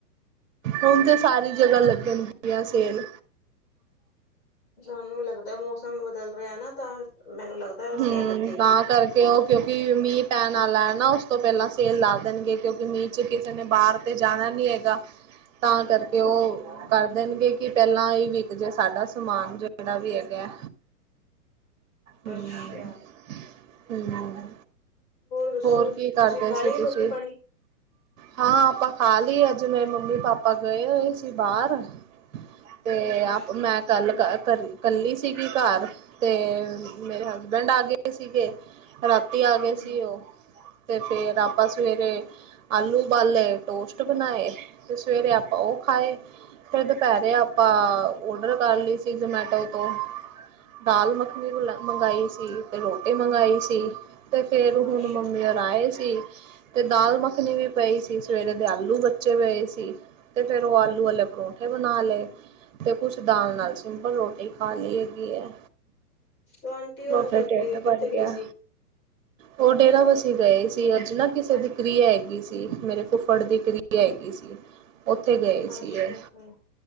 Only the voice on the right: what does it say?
ਹੁਣ ਤੇ ਸਾਰੀ ਜਗ੍ਹਾ ਲੱਗਣ ਸੇਲ
ਹਮ।
ਤਾਂ ਕਰਕੇ ਉਹ ਕਿਉਂਕਿ ਮੀਹ ਪੈਣ ਲੈਣਾ ਉਸ ਤੋਂ ਪਹਿਲਾਂ ਸੇਲ ਲਾ ਦੇਣਗੇ ਕਿਉਂਕਿ ਮੀਂਹ ਚ ਕਿਸੇ ਨੇ ਬਾਹਰ ਤੇ ਜਾਣਾ ਨਹੀਂ ਹੈਗਾ। ਤਾਂ ਕਰਕੇ ਉਹ
ਕਰ ਦੇਣਗੇ ਕਿ ਪਹਿਲਾਂ ਹੀ ਤੇ ਜੇ ਸਾਡਾ ਸਮਾਨ ਜਿਹੜਾ ਵੀ ਹੈਗਾ। ਹੂੰ
ਹੂੰ,
ਹੋਰ ਕੀ ਕਰਦੇ
ਸੀ।
ਤੁਸੀਂ
ਹਾਂ। ਆਪਾਂ ਹਾਲ ਹੀ ਅੱਜ ਮੇਰੇ ਮੰਮੀ- ਪਾਪਾ ਗਏ ਹੋਏ ਸੀ। ਬਾਹਰ ਤੇ
ਆਪ ਮੈਂ ਕੱਲ ਕਰ ਕੱਲੀ ਸੀਗੀ ਘਰ ਤੇ ਮੇਰੇ ਹਸਬੈਂਡ ਆ ਗਏ ਸੀਗੇ। ਰਾਤੀ ਆ ਗਏ
ਸੀ। ਉਹ ਅਤੇ ਫਿਰ ਆਪਾਂ ਸਵੇਰੇ ਆਲੂ ਬਾਲੇ ਟੋਸਟ ਬਣਾਏ। ਤੇ ਸਵੇਰੇ ਆਪਾਂ ਉਹ ਖਾਏ। ਫਿਰ ਦੁਪਹਿਰੇ ਆਪਾਂ ਓਡਰ ਕਰ ਲਈ ਸੀ। ਜਮੈਟੋ ਤੋਂ ਦਾਲ ਮੱਖਣੀ ਮੰਗਵਾਾਈ ਸੀ ਤੇ ਰੋਟੀ ਮੰਗਾਈ ਸੀ। ਤੇ ਫੇਰ ਹੁਣ
ਮੰਮੀ ਆਏ ਸੀ। ਤੇ ਦਾਲ- ਮੱਖਣੀ ਵੀ ਪਈ ਸੀ। ਸਵੇਰੇ ਦੇ ਆਲੂ ਬੱਚੇ ਪਏ ਸੀ। ਤੇ ਫਿਰ ਉਹ ਆਲੂ ਵਾਲੇ ਪਰੌਂਠੇ ਬਣਾ ਲਏ। ਤੇ ਕੁਛ ਦਾਲ ਨਾਲ ਸਿੰਪਲ ਰੋਟੀ ਖਾ ਲਈ ਹੈਗੀ ਹੈ।
ਉਥੇ
ਢਿੱਡ
ਭਰ ਗਿਆ।
ਉਹ ਡੇਰਾ ਵਸੀ ਗਏ ਸੀ। ਅੱਜ ਨਾ ਕਿਸੇ ਦੀ ਕ੍ਰਿਆ ਹੈਗੀ ਸੀ। ਮੇਰੇ ਫੁੱਫੜ ਦੀ ਕ੍ਰਿਆ ਹੈਗੀ ਸੀ। ਉੱਥੇ ਗਏ ਸੀ
ਇਹ